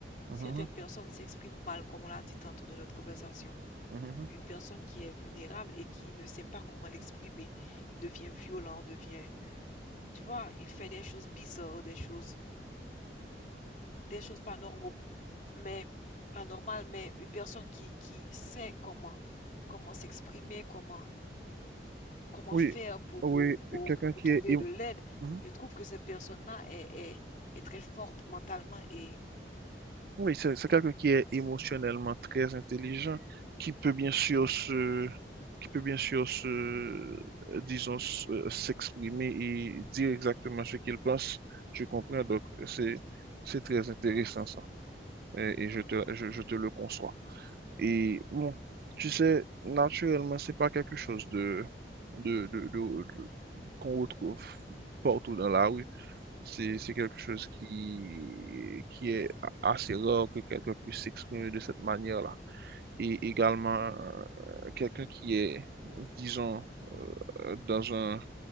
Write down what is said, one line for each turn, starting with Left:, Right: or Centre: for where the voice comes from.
Right: mhm,
Left: Certaines personnes s'expriment mal, comme on l'a dit tantôt dans notre conversation.
Right: mhm,
Left: Une personne qui est vulnérable et qui ne sait pas comment l'exprimer devient violent, devient Tu vois, il fait des choses bizarres, des choses, des choses pas normaux, mais pas normales, mais une personne qui, qui sait comment, comment s'exprimer, comment, comment
Right: Oui,
Left: faire pour,
Right: oui,
Left: pour, pour,
Right: quelqu'un
Left: pour
Right: qui
Left: trouver
Right: est, émo-
Left: de l'aide.
Right: mhm,
Left: Je trouve que cette personne-là est, est, est très forte mentalement et...
Right: oui, c'est c'est quelqu'un qui est émotionnellement très intelligent, qui peut bien sûr
Left: Mhm,
Right: se, qui peut bien sûr se, euh, disons, s- euh, s'exprimer et dire exactement ce qu'il pense. Je comprends, donc c'est, c'est très intéressant ça, et, et je te, je je te le conçois. Et bon, tu sais, naturellement, c'est pas quelque chose de, de, de- de- de- qu'on retrouve partout dans la rue. C'est, c'est quelque
Left: mhm,
Right: chose qui, qui est a- assez rare que quelqu'un puisse s'exprimer de cette manière-là. Et également, euh, quelqu'un qui est, disons, euh, dans un,